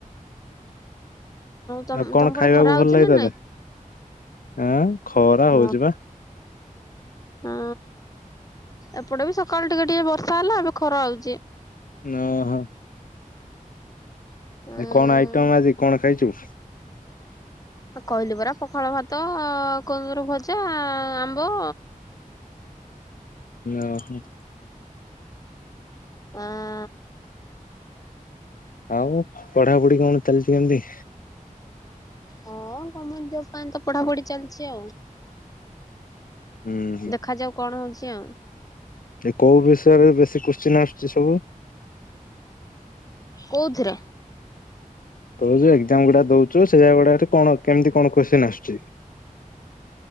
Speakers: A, on the left; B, on the left.
A: ତମ
B: ଆଉ
A: ତମ
B: କଣ
A: ପଟେ
B: ଖାଇବାକୁ
A: ଖରା ହଉଛି
B: ଭଲ ଲାଗେ
A: ନା
B: ତତେ?
A: ନାଇଁ?
B: ଆଁ ଖରା
A: ମ
B: ହଉଚି ପା।
A: ହଁ ଏପଟେ ବି ସକାଳୁ ଟିକେ ଟିକେ ବର୍ଷା ହେଲା ଏବେ ଖରା ହଉଚି।
B: ଓହୋ।
A: ଉଁ
B: ଆଜି କଣ ଆଇଟମ ଆଜି କଣ ଖାଇଚୁ?
A: କହିଲି ପରା ପଖାଳ ଭାତ କୁନ୍ଦୁରୁ ଭଜା ଆମ୍ବ।
B: ଓହୋ।
A: ଆଁ
B: ଆଉ ପଢାପୁଢି କଣ ଚାଲିଚି କେମିତି?
A: ହଁ ଗମେଣ୍ଟ ଜବ୍ ପାଇଁ ତ ପଢାପୁଢି ଚାଲିଚି ଆଉ।
B: ହୁଁ ହୁଁ।
A: ଦେଖାଯାଉ କଣ ହଉଚି ଆଉ?
B: ଏ କୋଉ ବିଷୟରେ ବେଶୀ କୁଶ୍ଚିନ୍ ଆସୁଚି ସବୁ?
A: କୋଉଥିରେ?
B: ତୁ ଯୋଉ ଏଗଜାମ୍ ଗୁଡା ଦଉଚୁ ସେଇଆ ଗୁଡାରେ କଣ କେମିତି କଣ କୋଶ୍ଚିନ୍ ଆସୁଚି?